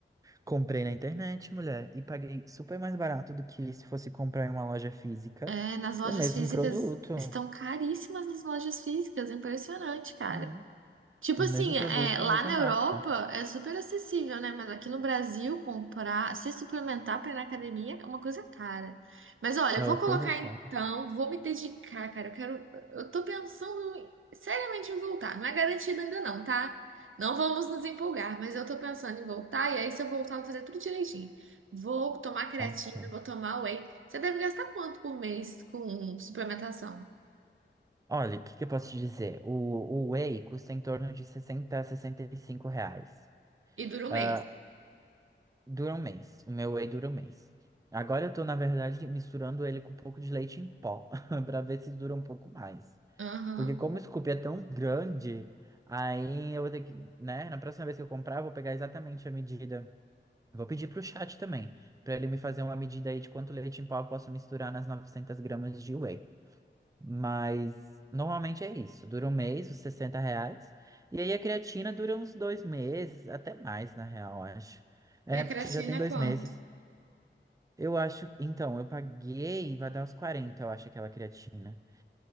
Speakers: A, on the right (about 15°); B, on the right (about 90°).
A: Comprei na internet, mulher, e paguei super mais barato do que se fosse comprar em uma loja física
B: É, nas lojas
A: o mesmo
B: físicas
A: produto.
B: estão caríssimas as lojas físicas, impressionante, cara.
A: É,
B: Tipo
A: o
B: assim,
A: mesmo produto,
B: é, lá
A: a mesma
B: na
A: marca.
B: Europa é super acessível, né? Mas aqui no Brasil, comprar, se suplementar para ir na academia é uma coisa cara. Mas olha,
A: É
B: eu vou
A: uma
B: colocar
A: coisa cara.
B: então, vou me dedicar, cara. Eu quero. Eu tô pensando em- seriamente em voltar. Não é garantido ainda, não, tá? Não vamos nos empolgar, mas eu tô pensando em voltar. E aí, se eu voltar, eu vou fazer tudo direitinho. Vou tomar creatina,
A: Ok.
B: vou tomar whey. Você deve gastar quanto por mês com suplementação?
A: Olha, o que, que eu posso te dizer? O, o Whey custa em torno de 60 a 65 reais.
B: E dura um
A: Ah,
B: mês.
A: dura um mês. O meu Whey dura um mês. Agora eu tô, na verdade, misturando ele com um pouco de leite em pó, <laughs> para ver se dura um pouco mais.
B: Aham.
A: Porque como o scoop é tão grande, aí eu vou ter que, né? Na próxima vez que eu comprar, eu vou pegar exatamente a medida. Vou pedir pro chat também, para ele me fazer uma medida aí de quanto leite em pó eu posso misturar nas 900 gramas de Whey. Mas normalmente é isso. Dura um mês, os 60 reais. E aí a creatina dura uns dois meses, até mais, na real, eu acho. É,
B: E a
A: porque
B: creatina
A: já tem dois
B: é quanto?
A: meses. Eu acho. Então, eu paguei, vai dar uns 40, eu acho, aquela creatina.